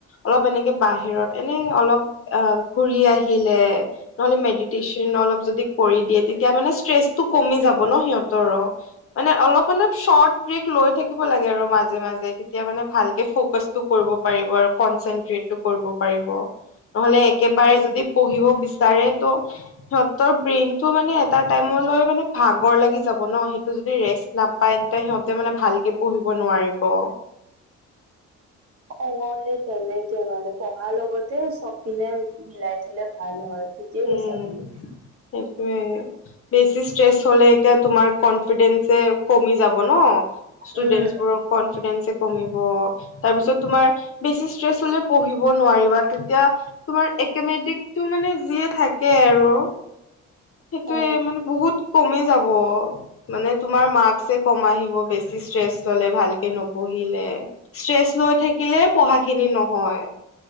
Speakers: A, on the left (about 45°); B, on the right (about 50°).
A: অলপ এনেকে বাহি হিৰত এনে অলপ আ ঘুৰি আহিলে ন'হলে মেদিটেছ <unintelligible> অলপ যদি কৰি দিয়ে তেতিয়া মানে ষ্ট্ৰেচটো কমি যাব ন সিহঁতৰো। মানে অলপ মানে চৰ্তব্ৰেক লৈ থাকিব লাগে আৰু মাজে মাজে তেতিয়া মানে ভালকে ফ'কাছটো কৰিব পাৰিব আৰু কনচেনট্ৰেটটো কৰিব পাৰিব। ন'হলে একেবাৰে যদি পঢ়িব বিচাৰে ত' সিহঁতৰ ব্ৰেইনটো মানে এটা টাইমলৈ মানে ভাগৰ লাগি যা <unintelligible> সেইটো যদি ৰেষ্ট নাপাই তেতিয়া সিহঁতে মানে ভালকে পঢ়িব নোৱাৰিব।
B: অ সেই তেনেকে মানে পঢ়াৰ লগতে চব পিনে মিলাই থ'লে ভাল হয়। ঠিকেই কৈছা
A: উম,
B: তুমি
A: সেইটোয়ে বেছি ষ্ট্ৰেছ হ'লে এতিয়া তোমাৰ কনফিডেন্সে কমি যাব ন, ষ্টুডেন্টচবোৰক
B: উম
A: কনফিডেন্সে কমিব তাৰপিছত তোমাৰ বেছি ষ্ট্ৰেছ হলে পঢ়িব নোৱাৰিবা তেতিয়া তোমাৰ একেমেটিকটো মানে যিয়ে থাকে আৰু। সেইটোয়ে
B: অ
A: মানে বহুত কমি যাব মানে তোমাৰ মা চে কম আহিব বেছি ষ্ট্ৰেছ ল'লে ভালকে নপঢ়িলে ষ্ট্ৰেছ লৈ থাক কিলে পঢ়াখিনি নহয়।